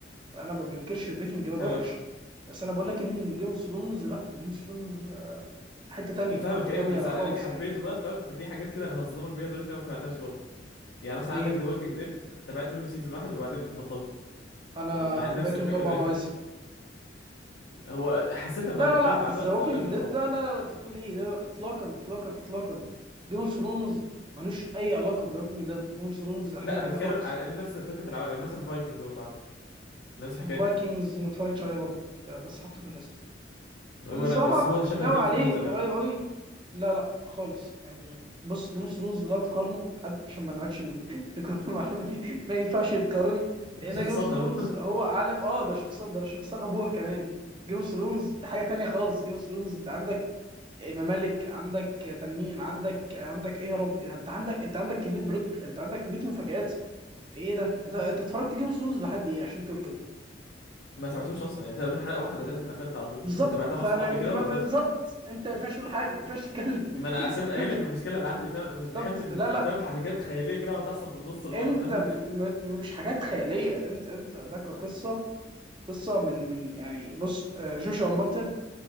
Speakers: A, on the right; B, on the left.
A: فانا ما بنكرش بريكنج باد
B: حلو
A: وحش
B: قوي
A: بس انا بقول لك ان جيم اوف ثرونز لا جيم اوف ثرونز حته تانية
B: فاهمك
A: حته
B: ايوه
A: تانية
B: بس على
A: خالص
B: انك حبيته
A: يعني
B: بقى فاهم ففي حاجات كده انا هصدمك بيها دلوقتي لو ما تابعتهاش برضه يعني مثلا
A: ايه
B: عندك ذا ووكينج ديد تابعت منه سيزون واحد وبعدين بطلته
A: انا
B: مع إن نفس
A: تابعته
B: الفكره
A: من اربع
B: تقريبا
A: مواسم
B: هو حسيت إنه
A: لا
B: بقى ممل
A: لا لا
B: مع
A: ذا
B: الوقت
A: ووكينج
B: فقفلته
A: ديد
B: بصراحه
A: لا لا لا لا، انت بتقول ايه لا لا اطلاقا اطلاقا اطلاقا جيم اوف ثرونز ملوش اي علاقه بذا ووكينج ديد جيم اوف ثرونز حاجه
B: لا
A: تانية
B: بتكلم
A: خالص
B: على نفس فكره العوالم يعني مثلا فايكنج برضه عندك نفس الحكايه
A: فايكنجز ما اتفرجتش عليه برضه آه، بس حطه في الليست
B: ولا
A: اللي صراحه
B: انا بس هو شبه
A: ناوي
B: جيم
A: عليه
B: اوف ثرونز قوي
A: قريب
B: على فكره
A: قوي لا لا خالص يعني بص جيم اوف ثرونز لا تقارنه حد عشان ما نقعدش ن- <laughs> نكرر المعلومه دي ما ينفعش يتقارن لان
B: <laughs> شخصنها
A: جيم اوف ثرونز هو عالم اه ده شخصان ده شخصان ابوها كمان جيم اوف ثرونز حاجه تانية خالص جيم اوف ثرونز انت عندك ممالك عندك تنمين عندك عندك ايه يا رب انت عندك انت عندك كميه بلوت انت عندك كميه مفاجآت ايه ده انت انت اتفرجت جيم اوف ثرونز لحد ايه عشان تقول كده
B: <laughs> ما تبعتوش اصلا يعني تقريبا حلقه واحده بعدين قفلت على طول
A: بالظبط
B: كنت تبعتها
A: فما
B: مع اصحابي كده
A: انت ما-
B: وقفلت
A: بالظبط انت ما ينفعش تقول حاجه ما ينفعش تتكلم <laughs>
B: ما انا اصلا قايل لك المشكله اللي عندي فاهم انا مش بحب
A: بالظبط
B: إن-
A: لا لا
B: فاهم حاجات خياليه كده وتحصل تحصل في النص الوضع
A: انت
B: فاهم
A: م- م- مش حاجات خياليه انت انت ده كقصه قصه من من يعني بص آه، جوشوا مارتن